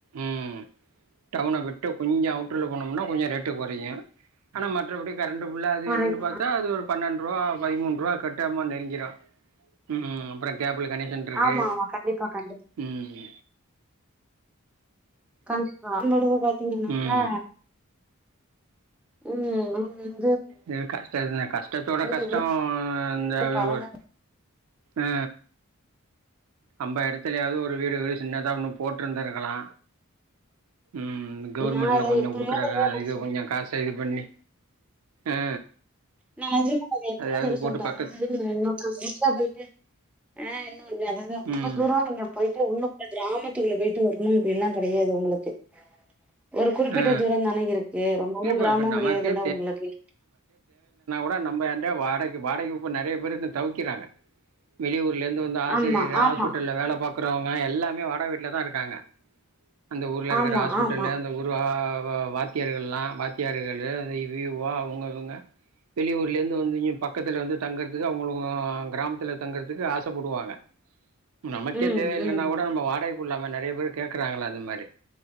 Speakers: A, on the right (about 80°); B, in the centre.
A: ம் டவுன விட்டு கொஞ்ச அவுட்டர்ல போனோம்னா கொஞ்ச ரேட்டு கெறையு ஆனா மற்றபடி கரண்டு ஃபுல்லா அது
B: கொறையு
A: இதுன்னு பாத்தா அது ஒரு பன்னெண்டு ரூவா பதிமூன்ரூவா கட்டாயமா நெருங்கிறு ம் அப்புற கேபிள் கனேக்ஷன்ருக்கு
B: ஆமா ஆமா கண்டிப்பா கண்டிப்பா
A: ம்ஹு
B: கண்டிப்பா எங்களுக்கு பாத்தீங்கன்னாக்கா
A: ம்
B: ம் நாங்க
A: ம் கஷ்ட என்ன ஸ்லகஷ்டத்தோட கஷ்டோ
B: எவ்ளோ
A: இந்த
B: பரவ
A: இது ஒரு ஆ நம்ப எடத்துலயாவது ஒரு வீடு மரி சின்னதா ஒண்ணு போட்ருந்திருக்கலா ம் கவுவர்மெண்ட்ல
B: நா
A: கொஞ்ச
B: எத்தனையோ
A: குடுக்குற
B: தடவ
A: எதனா இது கொஞ்ச காசு ரெடி பண்ணி ஆ
B: நா அஞ்சு <inaudible> எத்தனையோ
A: அதையாவது
B: தடவ
A: போட்டு
B: சொல்ட அத
A: பக்கத்
B: வந்து வீட்டுல நின்னு போசிட்டு அப்டியே கி ஆ ம் இது அதுதா ரொம்ப
A: ம்
B: தூரோ நீங்க போயிட் டு உள்ளக்க கிராமத்துக்குள்ள போயிட்டு வரணுன் இப்டி எல்லா கெடையாது உங்களுக்கு ஒரு குறிப்பிட்ட
A: ஆ
B: தூரோ தானே இருக்கு ரொம்பவு
A: இல்லப்பா
B: கிராமோ
A: இப்ப நமக்கே
B: கெடையாதுல உங்களுக்கு
A: அதா நம்ப எட வாடக வாடகைகு இப்ப நெறைய பேரு வந்து தவிக்கிறாங்க வெளியூர் ருல இருந்து வந்து ஆசிரியர்
B: ஆமா ஆமா
A: ஹாஸ்பிட்டல்ல வேல பாக்குறவங்க எல்லாமே வாடக வீட்டுல தா இருக்காங்க அந்த ஊர்ல இருக்குற
B: ஆமா
A: ஹாஸ்பிட்டல்லு
B: ஆமா
A: அந்த ஊ ஆ வ வாத்தியார்கள்லா வாத்தியார்களு இவி இவா அவங்க இவங்க வெளியூர்ல இருந்து வந்து இங்க பக்கத்துல வந்து தங்குறதுக்கு அவங்களு கிராமத்துல தங்கறதுக்கு ஆசப்படுவாங்க நமக்கே
B: ம்
A: தேவ இல்லன்னா
B: ம்
A: கூட நம்ம வாடகைக்குட்ளாமே நெறைய பேர் கேக்குறாங்கள அந்த மாரி